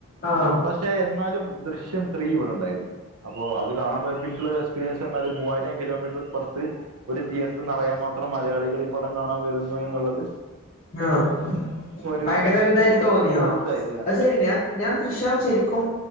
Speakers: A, on the left; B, on the right.
A: ആഹ്.
B: പക്ഷെ എന്നാലും ദൃശ്യം ത്രീ ഇവിടെ ണ്ടായിരുന്നു അപ്പോ അത് കാണാ പോയപ്പോ ഇൻകുള്ള പീരിയൻസ് പർഞ്ഞാല് മൂവായിരം കിലോമീറ്റർ ഇപർത് ഒരു തിയേറ്ററ് നറയാ മാത്രം മലയാളികള്. പടം കാണാൻ വരുന്നു എന്നുള്ളത്
A: ആഹ്
B: ഒരു
A: ഭയങ്കരൊരിതായിട്ട് തോന്നിയോ?
B: ഇതായി
A: അത് ശരിന്നെയാ ഞാൻ ദൃശ്യം ശരിക്കും